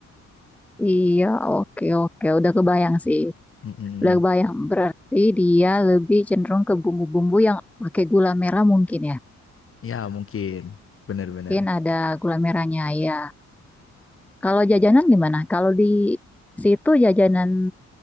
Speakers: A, in the centre; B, on the left.
A: Iya, oke oke. Udah kebayang sih.
B: Mm-mm.
A: Udah kebayang. Berarti dia lebih cenderung ke bumbu-bumbu yang pakai gula merah mungkin ya.
B: Ya mungkin bener-bener.
A: Mungkin ada gula merahnya ya. Kalau jajanan gimana? Kalau di situ jajanan